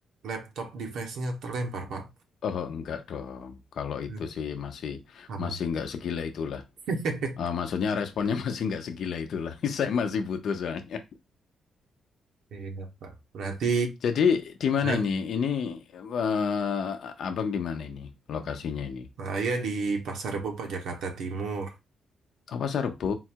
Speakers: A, on the right; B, on the left.
A: laptop device-nya terlempar Pak.
B: Oh enggak dong. Kalau itu
A: Hmm,
B: sih masih
A: aman.
B: masih enggak segila itulah.
A: <laughs>
B: Eh, maksudnya responnya <laughs> masih enggak segila itulah. <laughs> Saya masih butuh soalnya.
A: Iya Pak, berarti
B: Jadi di mana
A: eh,
B: ini? Ini eh, abang di mana ini? Lokasinya ini?
A: saya di Pasar Rebo Pak, Jakarta Timur.
B: Oh Pasar Rebo.